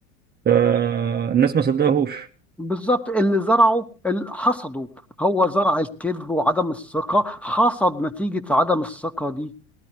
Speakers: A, on the right; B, in the centre.
A: فالناس ما صدقهوش
B: بالظبط اللي زرعه اللي حصده هو زرع الكذب وعدم الثقة حصد نتيجة عدم الثقة دي